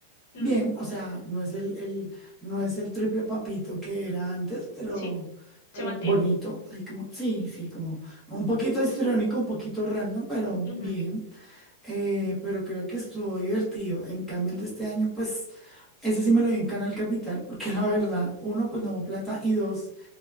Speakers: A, in the centre; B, on the left.
A: Bien,
B: Mm,
A: o sea, no es el, el- no es el triple papito que era antes, pero,
B: sí,
A: pero
B: se mantiene.
A: bonito. Hay como, sí, sí, como un poquito histriónico, un poquito random, pero
B: Ujú,
A: bien. Eh, pero creo que estuvo divertido. En cambio, el de este año, pues, ese sí me lo vi en Canal Capital, porque la verdad, uno, pues no hubo plata, y dos,